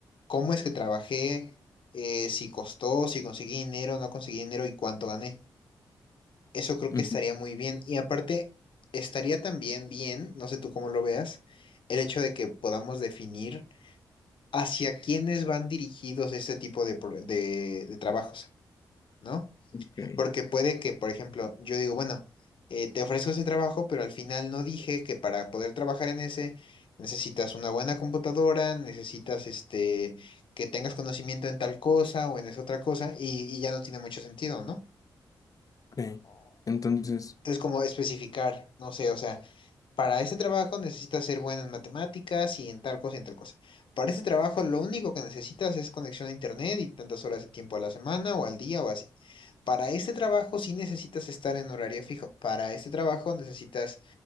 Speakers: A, on the left; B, on the left.
A: cómo es que trabajé, eh, si costó, si conseguí dinero, no conseguí dinero y cuánto gané. Eso creo que
B: Ujú,
A: estaría muy bien. Y aparte, estaría también bien, no sé tú cómo lo veas, el hecho de que podamos definir hacia quiénes van dirigidos este tipo de, pro- de- de trabajos, ¿no?
B: Ok.
A: Porque puede que, por ejemplo, yo digo, bueno, eh, te ofrezco ese trabajo, pero al final no dije que para poder trabajar en ese necesitas una buena computadora, necesitas este, que tengas conocimiento en tal cosa o en esa otra cosa, y, y ya no tiene mucho sentido, ¿no?
B: ok. Entonces,
A: Entonces, como especificar, no sé, o sea, para este trabajo necesitas ser bueno en matemáticas y en tal cosa y en tal cosa. Para este trabajo lo único que necesitas es conexión a internet y tantas horas de tiempo a la semana o al día o así. Para este trabajo sí necesitas estar en horario fijo. Para este trabajo necesitas,